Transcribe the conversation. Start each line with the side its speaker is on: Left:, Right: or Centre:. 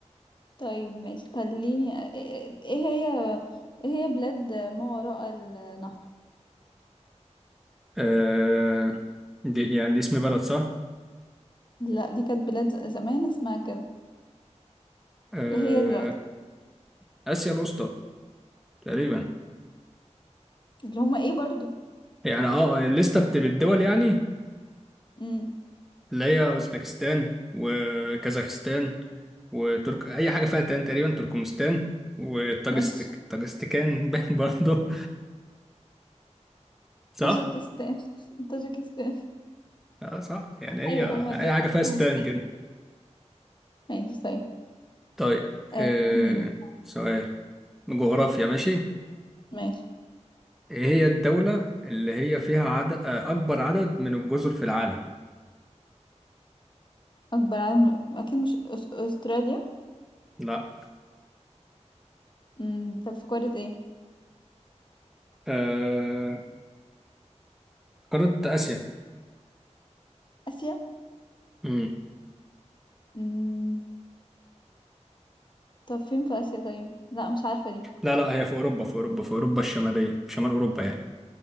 Left: طيب ماشي خليني أ- ايه هي ايه هي بلاد ما وراء النهر
Centre: اه دي يعني دي اسم بلد صح
Left: لا دي كانت بلاد ز- زمان اسمها كده
Centre: آه
Left: إيه هي دلوقتي
Centre: آسيا الوسطى تقريبا
Left: اللي هما ايه برضو
Centre: يعني اه الليستة بت- بالدول يعني
Left: امم
Centre: اللي هي اوزبكستان وكازاخستان وترك اي حاجه فيها تان تقريبا تركمستان وطاجستك
Left: ماشي
Centre: طاجستكان <laughs> باين برضه صح
Left: طاجيكستان <laughs> طاجيكستان
Centre: اه صح يعني هي
Left: ايوه هما
Centre: اي
Left: دول
Centre: حاجه
Left: افغانستان
Centre: فيها ستان كده
Left: دول ماشي طيب
Centre: طيب
Left: آه
Centre: آه
Left: دول مين آه.
Centre: سؤال جغرافيا ماشي
Left: ماشي
Centre: ايه هي الدوله اللي هي فيها عدد آه، اكبر عدد من الجزر في العالم
Left: اكبر عالم اكيد مش أس... استراليا
Centre: لا
Left: امم طب في قارة ايه
Centre: آه قاره اسيا
Left: اسيا
Centre: مم.
Left: امم طب فين في اسيا طيب لا مش عارفة دي
Centre: لا لا هي في اوروبا في اوروبا في اوروبا الشماليه شمال اوروبا يعني